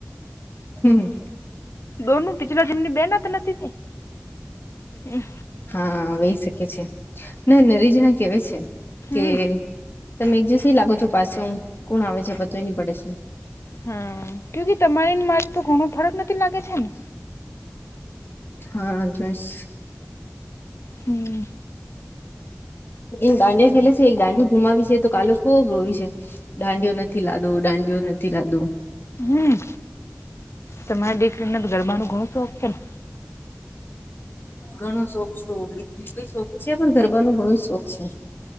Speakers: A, on the left; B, on the left.
A: હમ્મ
B: દોન પિચલા જન્મ ની બેના તો નથી હ
A: હા વહી શકે છે નરેજ ના કેવા છે
B: હમ
A: કે તમે એક જિવસી લાગો છો પાછો હ કોણ આવે છે પતય નહી પડે છે
B: હમ્મ કુ કે તમારી મારી તો ઘણો ફરક નથી લાગે છે ને
A: હા જોઈશ
B: હમ
A: એ દાંડિયા ખેલે છે એક દાંડિયા ગુમાવી છે તો ક લોકો રોવી છે દાંડીયો નથી લાદો દાંડીયો નથી લાદો
B: હમ્મ તમારે દેખરીને તો ગરબા ન ઘણું શોખ છે ને
A: ઘણું શોખ સો શોખ છે પણ ગરબાનું ઘણું શોખ છે